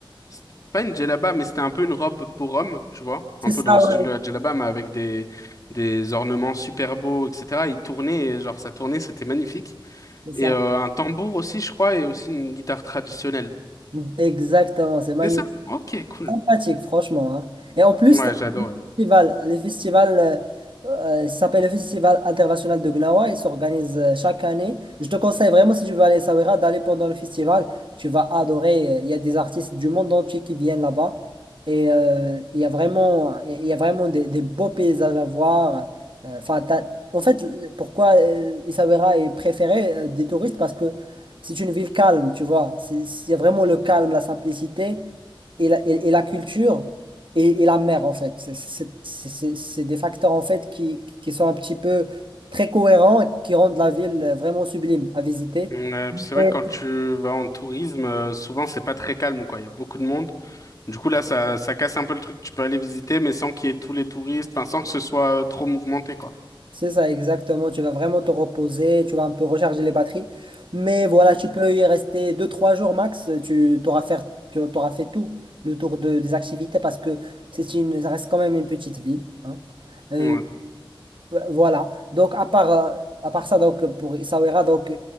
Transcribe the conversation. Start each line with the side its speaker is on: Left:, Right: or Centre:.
Left: C'est Pas une djellaba, mais c'était un peu une robe pour homme, tu vois.
Right: C'est
Left: Un
Right: ça,
Left: peu dans le style
Right: ouais,
Left: de la djellaba, mais avec des, des ornements super beaux, etc. Ils tournaient, et genre, ça tournait, c'était magnifique.
Right: c'est ça.
Left: Et euh, un tambour aussi, je crois, et aussi une guitare traditionnelle.
Right: Mmh. Exactement, c'est magnifique,
Left: C'est ça? Ok, cool.
Right: sympathique, franchement. hein. Et en plus,
Left: Ouais, j'adore. ouais.
Right: festival, le festival euh, euh, ça s'appelle le Festival international de Gnawa. Il s'organise euh, chaque année. Je te conseille vraiment, si tu veux aller à Essaouira, d'aller pendant le festival. Tu vas adorer. Il y a des artistes du monde entier qui viennent là-bas. Et euh, il y a vraiment, il y a vraiment des, des beaux paysages à voir. Euh, Enfin, t'as- en fait, le- pourquoi euh, Essaouira est préféré euh, des touristes? Parce que c'est une ville calme, tu vois. C'est c'est vraiment le calme, la simplicité et la, et et la culture et, et la mer, en fait. C'est c'est- c'est- c'est- c'est des facteurs, en fait, qui, qui sont un petit peu très cohérents et qui rendent la ville euh, vraiment sublime à visiter.
Left: Ouais, puis c'est vrai
Right: Ouais.
Left: que quand tu vas en tourisme, euh, souvent c'est pas très calme, quoi. Il y a beaucoup de monde. Du coup, là, ça, ça casse un peu le truc. Tu peux aller visiter, mais sans qu'il y ait tous les touristes, enfin, sans que ce soit euh, trop mouvementé, quoi.
Right: C'est ça, exactement. Tu vas vraiment te reposer, tu vas un peu recharger les batteries. Mais voilà, tu peux y rester deux trois jours max. Tu t'auras fait, tu t'auras fait tout le tour de, des activités parce que c'est une, ça reste quand même une petite ville. hein. Euh,
Left: Ouais.
Right: Euh, Voilà. Donc, à part, euh, à part ça, donc, pour Essaouira, donc,